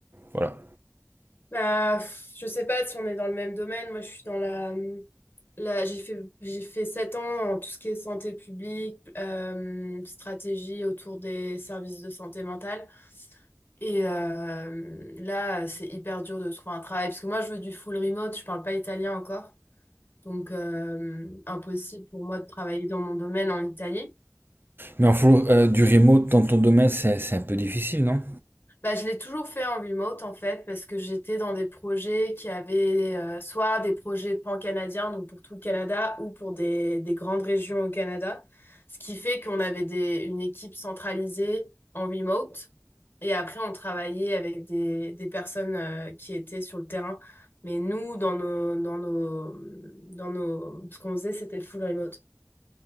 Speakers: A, on the right; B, on the left.
A: Voilà.
B: Bah, pff, je sais pas si on est dans le même domaine. Moi, je suis dans la... mmh, la j'ai fait, j'ai fait 7 ans en tout ce qui est santé publique, euh, stratégie autour des services de santé mentale. Et euh, là, c'est hyper dur de trouver un travail parce que moi, je veux du full remote, je parle pas italien encore. Donc, euh, impossible pour moi de travailler dans mon domaine en Italie.
A: Mais en full, euh, du remote dans ton domaine, c'est c'est un peu difficile, non?
B: Bah, je l'ai toujours fait en remote en fait parce que j'étais dans des projets qui avaient euh, soit des projets pan-canadiens donc pour tout le Canada ou pour des, des grandes régions au Canada, ce qui fait qu'on avait des, une équipe centralisée en remote et après on travaillait avec des, des personnes euh, qui étaient sur le terrain. Mais nous dans nos dans nos dans nos ce qu'on faisait c'était full remote.